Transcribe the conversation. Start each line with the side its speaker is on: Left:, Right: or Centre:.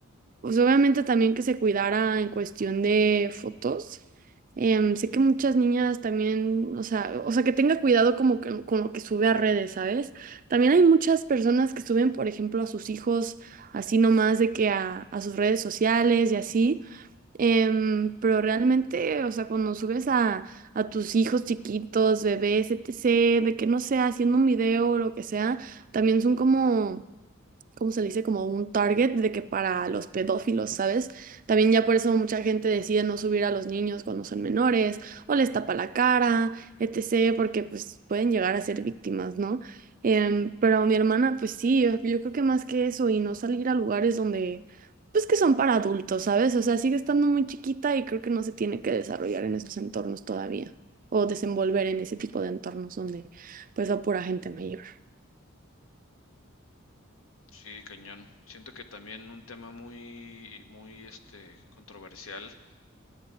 Right: Pues obviamente también que se cuidara en cuestión de fotos. Em, sé que muchas niñas también, o sea, o sea, que tenga cuidado como que- con lo que sube a redes, ¿sabes? También hay muchas personas que suben, por ejemplo, a sus hijos así nomás de que a, a sus redes sociales y así. Em, pero realmente, o sea, cuando subes a, a tus hijos chiquitos, bebés, etc., de que no sea haciendo un video o lo que sea, también son como ¿cómo se le dice? Como un target de que para los pedófilos, ¿sabes? También ya por eso mucha gente decide no subir a los niños cuando son menores o les tapa la cara, etcétera, porque pues pueden llegar a ser víctimas, ¿no? Em, pero mi hermana, pues sí, yo, yo creo que más que eso y no salir a lugares donde, pues que son para adultos, ¿sabes? O sea, sigue estando muy chiquita y creo que no se tiene que desarrollar en esos entornos todavía o desenvolver en ese tipo de entornos donde pues va pura gente mayor.
Left: Sí, cañón. Siento que también un tema muy, muy, este, controversial